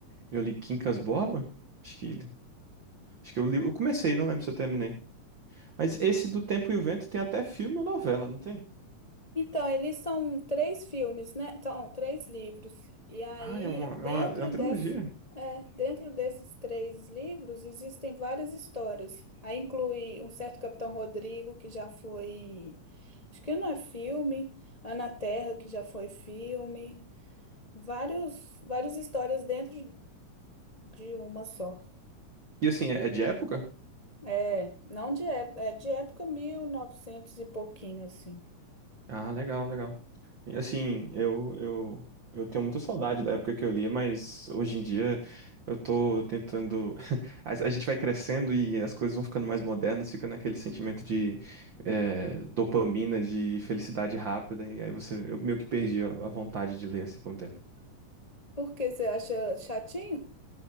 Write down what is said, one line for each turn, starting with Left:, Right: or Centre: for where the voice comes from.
Right: eu li Quincas Borba. Acho que Acho que eu li, eu comecei, não lembro se eu terminei. Mas esse do Tempo e o Vento tem até filme ou novela, não tem?
Left: Então, eles são três filmes, né? Então, três livros. E aí,
Right: Ah, é uma,
Left: dentro
Right: é uma, é uma trilogia.
Left: desse, é, dentro desses três livros, existem várias histórias. Aí inclui um certo Capitão Rodrigo, que já foi, acho que não é filme, Ana Terra, que já foi filme, vários, várias histórias dentro de uma só.
Right: E assim, é, é de época?
Left: É, não de, é, é de época 1900 e pouquinho, assim.
Right: Ah, legal, legal. E assim, eu, eu, eu tenho muita saudade da época que eu lia, mas hoje em dia eu tô tentando. <laughs> A, a gente vai crescendo e as coisas vão ficando mais modernas, fica naquele sentimento de é, dopamina, de felicidade rápida, e aí você, eu meio que perdi a, a vontade de ler assim com o tempo.
Left: Por que você acha chatinho?